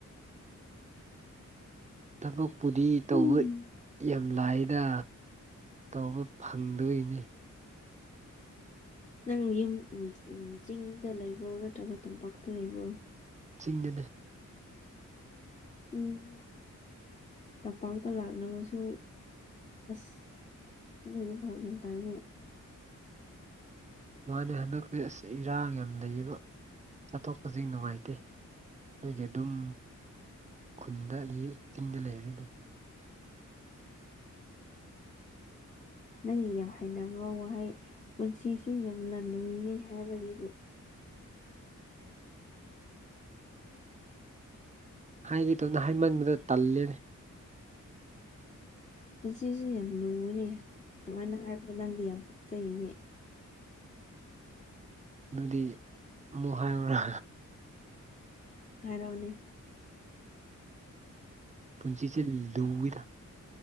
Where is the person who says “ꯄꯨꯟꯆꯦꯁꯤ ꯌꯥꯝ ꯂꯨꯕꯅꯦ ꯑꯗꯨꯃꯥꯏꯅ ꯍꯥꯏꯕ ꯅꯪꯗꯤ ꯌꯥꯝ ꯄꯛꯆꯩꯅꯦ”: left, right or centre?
Left